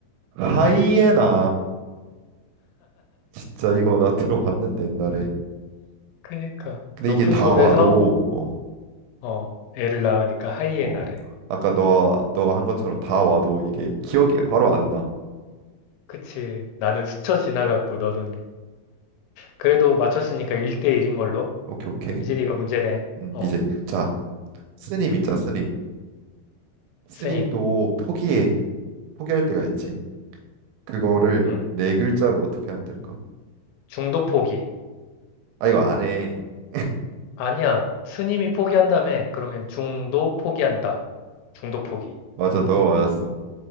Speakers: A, on the right; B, on the left.
A: 하이에나 진짜 이거 나 들어봤는데 옛날에
B: 그니까
A: 근데
B: 높은
A: 이게 다
B: 곳에서
A: 와도 어
B: 어, 애를 낳으니까 하이에나래.
A: 어 아까 너 너가 한 것처럼 다 와도 이게 기억이 바로 안나어
B: 그치. 나는 스쳐 지나갔고 너는 그래도 맞췄으니까 1대1인 걸로.
A: 오케이 오케이
B: 이제 네가 문제네.
A: 음
B: 어,
A: 이제 자 스님 있자 스님 스님도
B: 스님.
A: 포기해 포기할 때가 있지 그거를
B: 음.
A: 네 글자로 어떻게 하면 될까
B: 중도 포기.
A: 아 이거 안 해 어 아
B: 아니야. 스님이 포기한다며. 그러면 중도 포기한다. 중도 포기.
A: 맞아 너가 맞았어